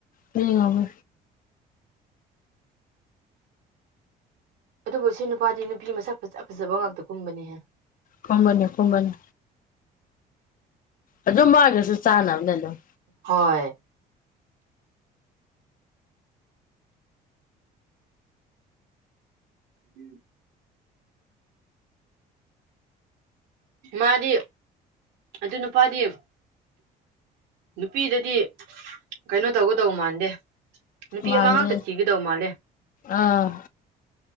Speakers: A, on the left; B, on the right.
A: ꯂꯩꯉꯕꯨ
B: ꯑꯗꯨꯕꯨ ꯁꯤ ꯅꯨꯄꯥꯗꯤ ꯅꯨꯄꯤ ꯃꯁꯛ ꯐꯖ ꯐꯖꯕ ꯉꯥꯛꯇ ꯀꯨꯝꯕꯅꯤꯍꯦ
A: ꯀꯒꯅꯤ ꯀꯒꯅꯤ ꯑꯗꯨ ꯃꯥꯒꯁꯨ ꯆꯥꯅꯕꯅꯦ ꯑꯗꯨꯝ
B: ꯍꯣꯏ ꯎꯝ ꯃꯥꯗꯤ ꯑꯗꯨ ꯅꯨꯄꯥꯗꯤꯝ ꯅꯨꯄꯤꯗꯗꯤ ꯀꯩꯅꯣ ꯇꯧꯒꯗꯧꯕ ꯃꯥꯟꯗꯦ ꯅꯨꯄꯤ
A: ꯃꯥꯅꯦ
B: ꯑꯃ ꯉꯥꯛꯇ ꯊꯤꯒꯗꯧ ꯃꯥꯜꯂꯦ
A: ꯑꯥ